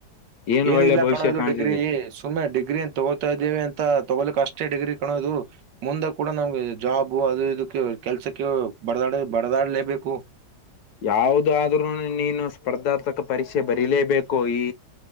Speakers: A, on the left (about 70°); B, on the right (about 80°).
A: ಏನ್
B: ಏನ
A: ಒಳ್ಳೆ
B: ಇಲ್ಲ
A: ಭವಿಷ್ಯ
B: ಕಣೋಯದು
A: ಕಾಣ್ತಿದೆ
B: ಡಿಗ್ರಿ. ಸುಮ್ಮನೆ ಡಿಗ್ರಿಏನ್ ತಗೋತಾ ಇದೇ ಅಂತ ತಗೋಲಿಕ್ ಅಷ್ಟೇ ಡಿಗ್ರಿ ಕಾಣೋದು. ಮುಂದಾಗ ಕೂಡ ನಮ್ಗೆ ಜಾಬು ಅದು ಇದಕ್ಕೆ ಕೆಲ್ಸಕ್ಕೆ ಬಡದಾಡ ಬಡದಾಡ್ಲೇಬೇಕು.
A: ಯಾವದಾದ್ರರು ನೀನು ಸ್ಪರ್ಧಾತ್ಮಕ ಪರೀಕ್ಷೆ ಬರೀಲೇಬೇಕೋ ಈ